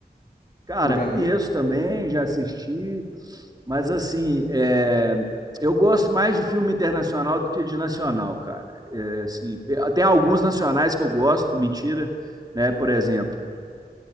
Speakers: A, on the right; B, on the left.
A: Cara,
B: Ou já
A: conheço
B: viu?
A: também, já assisti, mas assim, é, eu gosto mais de filme internacional do que de nacional, cara. É, assim, pe- tem alguns nacionais que eu gosto, mentira, né? Por exemplo,